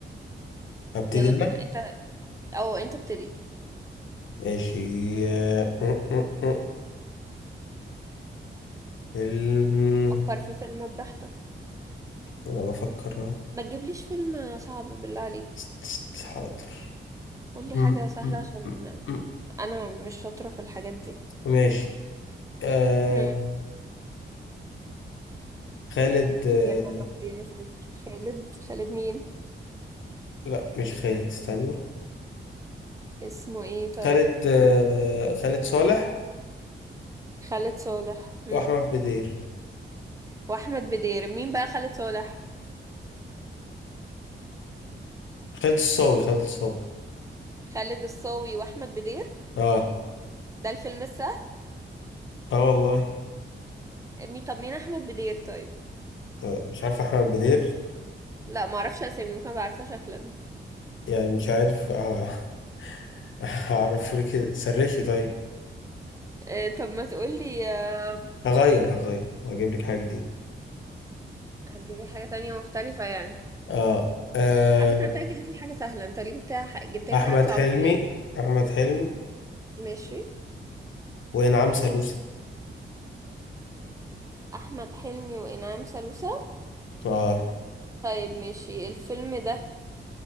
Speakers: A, on the left (about 85°); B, on the right (about 15°).
A: أبتدي
B: يلا
A: أنا
B: بينا انت او انت ابتدي
A: ماشي آه، آه، آه، آه. فيلم
B: فكر في فيلم براحتك
A: أنا بفكر أهو.
B: ما تجيبليش فيلم صعب بالله عليك
A: است- است- حاضر
B: قول لي
A: م-
B: حاجه سهله
A: م-
B: عشان
A: م- م.
B: انا مش شاطره في الحاجات دي
A: ماشي آه
B: هم.
A: خالد آه
B: يا ربي يا ستر خالد خالد مين
A: لا مش خالد استني
B: اسمه ايه طيب
A: خالد آه
B: مم.
A: خالد صالح
B: خالد صالح مم.
A: وأحمد بدير
B: واحمد بدير مين بقى خالد صالح
A: خالد الصاوي خالد الصاوي
B: خالد الصاوي واحمد بدير
A: اه
B: ده الفيلم السهل
A: اه والله
B: مين طب مين احمد بدير طيب
A: آه، مش عارف احمد بدير
B: لا ما اعرفش اسامي ممكن ابقى عارفه شكلا
A: يعني مش عارف آه، <laughs> هعرفه لك كده. سرشي طيب
B: آه طب ما تقول لي آه
A: هغير هغير هجيب لك حاجه جديده
B: هتجيب لي حاجه تانية مختلفه يعني
A: اه آه،
B: على فكره انت جبت لي حاجه سهله انت ليه جبت جبت لي
A: احمد
B: حاجه تصعبها
A: حلمي
B: عليا
A: احمد حلمي
B: ماشي
A: وانعام سالوسة
B: احمد حلمي وانعام سالوسة
A: اه
B: طيب ماشي الفيلم ده